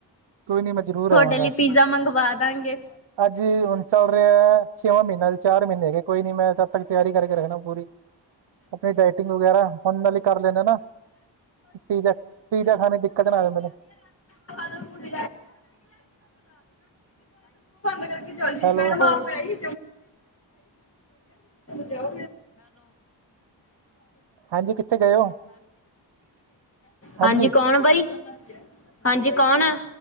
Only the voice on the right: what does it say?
ਕੋਈ ਨੀ ਮੈਂ ਜ਼ਰੂਰ
ਆਵਾਂਗਾ
ਅੱਜ ਹੁਣ ਚੱਲ ਰਿਹਾ ਛੇਵਾਂ ਮਹੀਨਾ । ਚਾਰ ਮਹੀਨੇ ਹੋ ਗਏ। ਕੋਈ ਨੀ। ਮੈਂ ਉਦੇ ਤੱਕ ਤਿਆਰੀ ਕਰਕੇ ਰੱਖਣਾ ਪੂਰੀ। ਆਪਣੀ ਡਾਇਟਿੰਗ ਵਗੈਰਾ। ਹੁਣ ਨਾਲ ਹੀ ਕਰ ਲੈਂਦੇ ਆ ਨਾ। ਪੀਜ਼ਾ ਪੀਜ਼ਾ ਖਾਣ ਦੀ ਦਿੱਕਤ ਨਾ ਆ ਜਾਵੇ ਮੈਨੂੰ।
ਹੈਲੋ
ਹਾਂਜੀ ਕਿੱਥੇ ਗਏ ਹੋ ਹਾਂਜੀ